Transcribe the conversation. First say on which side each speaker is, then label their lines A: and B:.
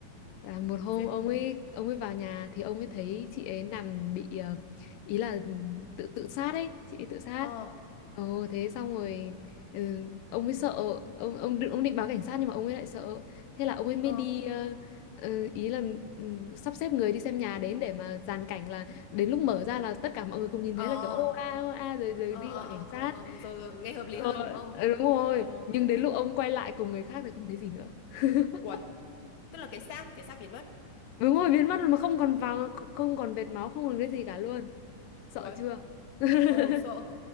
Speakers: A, on the left; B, on the left.
A: là một hôm
B: giết
A: ông ấy ông ấy vào nhà thì ông ấy thấy
B: Ừ.
A: chị ấy nằm bị ờ, ý là tự tự sát ấy chị ấy tự sát
B: ờ
A: Ồ thế xong rồi ừ, ông ấy sợ ông ông định- ông định báo cảnh sát nhưng mà ông ấy lại sợ thế là ông ấy mới
B: ờ
A: đi ờ, ờ, ý là ừ, sắp xếp người đi xem nhà đến để mà dàn cảnh là đến lúc mở ra là tất cả mọi người cùng nhìn
B: ờ
A: thấy là kiểu ô a ô a rồi rồi
B: ờ
A: đi
B: ờ
A: gọi
B: ờ
A: cảnh sát
B: ờ ờ. rồi rồi nghe hợp lý
A: ờ,
B: hơn đúng không
A: ờ, đúng rồi
B: ờ
A: nhưng đến lúc ông quay lại cùng người khác thì không thấy gì nữa <laughs>
B: uầy tức là cái xác cái xác biến mất
A: đúng rồi biến mất rồi mà không còn vào không còn vệt máu không còn cái gì cả luôn sợ
B: uầy
A: chưa <laughs>
B: ồ sợ